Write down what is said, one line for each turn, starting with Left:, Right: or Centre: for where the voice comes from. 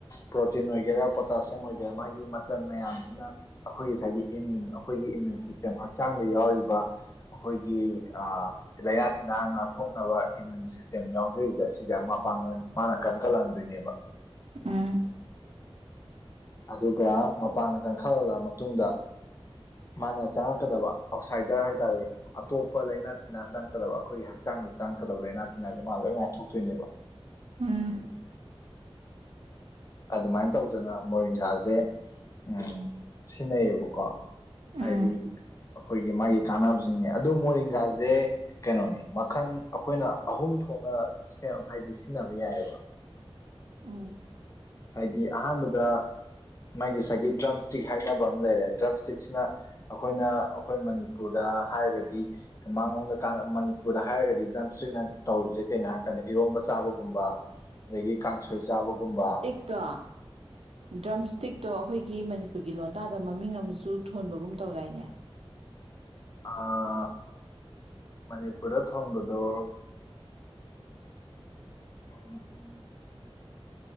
Left: ꯄ꯭ꯔꯣꯇꯤꯟ ꯑꯣꯏꯒꯦꯔꯥ ꯄꯣꯇꯥꯁꯤꯌꯝ ꯑꯣꯏꯒꯦꯔꯥ ꯃꯥꯒꯤ ꯃꯆꯜ ꯃꯌꯥꯝꯁꯤꯅ ꯑꯩꯈꯣꯏꯒꯤ ꯉꯁꯥꯏꯒꯤ ꯏꯃ꯭ꯌꯨꯟ ꯑꯩꯈꯣꯏꯒꯤ ꯏꯃ꯭ꯌꯨꯟ ꯁꯤꯁꯇꯦꯝ ꯍꯛꯆꯥꯡꯗ ꯌꯥꯎꯔꯤꯕ ꯑꯩꯈꯣꯏꯒꯤ ꯑꯥ ꯂꯩꯅꯥ ꯇꯤꯟꯅꯥ ꯉꯥꯛꯊꯣꯛꯅꯕ ꯏꯃ꯭ꯌꯨꯟ ꯁꯤꯁꯇꯦꯝ ꯌꯥꯎꯖ <inaudible> ꯁꯤꯁꯦ ꯃꯄꯥꯡꯒꯜ ꯃꯥꯅ ꯀꯟꯒꯠꯍꯟꯗꯣꯏꯅꯦꯕ
Right: ꯎꯨꯝ
Left: ꯑꯗꯨꯒ ꯃꯄꯥꯡꯒꯜ ꯀꯟꯈꯠꯍꯜꯂ ꯃꯇꯨꯡꯗ ꯃꯥꯅ ꯆꯪꯉꯛꯀꯗꯕ ꯑꯥꯎꯠꯁꯥꯏꯗꯔ ꯍꯥꯏ ꯇꯥꯔꯦ ꯑꯇꯣꯞꯄ ꯂꯩꯥꯅꯥ ꯇꯤꯟꯅꯥ ꯆꯪꯉꯛꯀꯗꯕ ꯑꯩꯈꯣꯏꯒꯤ ꯍꯛꯆꯥꯡꯗ ꯆꯪꯉꯛꯀꯗꯕ ꯂꯩꯅꯥ ꯇꯤꯟꯅꯥꯁꯦ ꯃꯥ ꯂꯣꯏ ꯉꯥꯛꯊꯣꯛꯇꯣꯏꯅꯦꯕ
Right: ꯎꯝ
Left: ꯑꯗꯨꯃꯥꯏꯅ ꯇꯧꯗꯅ ꯃꯔꯤꯡꯒꯥꯖꯦ ꯎꯝ ꯁꯤꯟꯅꯩꯌꯦꯕꯀꯣ
Right: ꯎꯝ
Left: ꯍꯥꯏꯗꯤ ꯑꯩꯈꯣꯏꯒꯤ ꯃꯥꯒꯤ ꯀꯥꯟꯅꯕꯁꯤꯡꯅꯦ ꯑꯗꯨ ꯃꯣꯔꯤꯡꯒꯥꯖꯦ ꯀꯩꯅꯣꯅꯦ ꯃꯈꯟ ꯑꯩꯈꯣꯏꯅ ꯑꯍꯨꯝ ꯊꯣꯛꯅ ꯁꯦꯝ ꯍꯥꯏꯗꯤ ꯁꯤꯖꯤꯟꯅꯕ ꯌꯥꯏꯌꯦꯕ
Right: ꯎꯝ
Left: ꯍꯥꯏꯗꯤ ꯑꯍꯥꯟꯕꯗ ꯃꯥꯒꯤ ꯉꯁꯥꯏꯒꯤ ꯗ꯭ꯔꯝꯁꯇꯤꯛ ꯍꯥꯏꯅꯕ ꯑꯃ ꯂꯩꯔꯦ ꯗ꯭ꯔꯝ ꯏꯁꯇꯤꯛꯁꯤꯅ ꯑꯩꯈꯣꯏꯅ ꯑꯩꯈꯣꯏ ꯃꯅꯤꯄꯨꯔꯗ ꯍꯥꯏꯔꯒꯗꯤ ꯃꯉꯣꯟꯗ ꯀꯥꯟ ꯃꯅꯤꯄꯨꯔꯗ ꯍꯥꯏꯔꯒꯗꯤ ꯗ꯭ꯔꯝ ꯏꯁꯇꯤꯛꯅ ꯇꯧꯔꯤꯁꯦ ꯀꯩꯅꯣ ꯍꯥꯏꯔꯀꯥꯟꯗ ꯏꯔꯣꯝꯕ ꯆꯥꯕꯒꯨꯝꯕ ꯑꯗꯒꯤ ꯀꯥꯡꯁꯣꯏ ꯆꯥꯕꯒꯨꯝꯕ
Right: ꯗ ꯗ꯭ꯔꯝ ꯏ꯭ꯁꯇꯤꯛꯇꯣ ꯑꯩꯈꯣꯏꯒꯤ ꯑꯩꯒꯤ ꯃꯅꯤꯄꯨꯔꯒꯤ ꯂꯣꯟꯗꯥꯗ ꯃꯃꯤꯡ ꯑꯃꯁꯨ ꯊꯣꯟꯕꯒꯨꯝ ꯇꯧꯗꯥꯏꯅꯦ
Left: ꯑꯥ ꯃꯅꯤꯄꯨꯔꯗ ꯊꯣꯟꯕꯗꯣ ꯎ